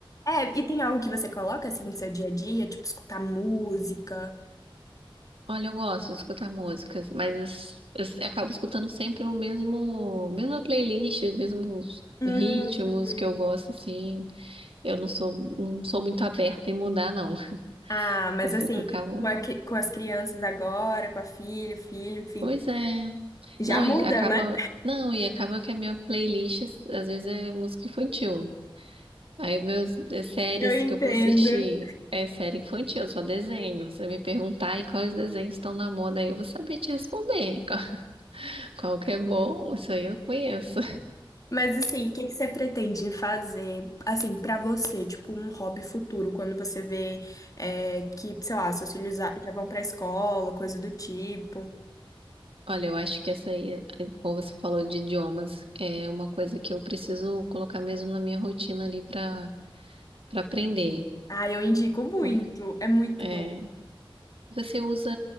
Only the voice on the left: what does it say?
É, e tem algo que você coloca assim no seu dia a dia, tipo escutar música.
Hum.
Ah, mas
assim,
com, a cri- com as crianças agora, com a filha, filho, enfim,
já
muda,
né?
Eu entendo.
Mas assim, o que que você pretende fazer, assim, pra você, tipo, um hobby futuro, quando você vê é, que, sei lá, seus filhos já já vão pra escola, coisa do tipo?
Ah, eu indico muito,
é muito
bom.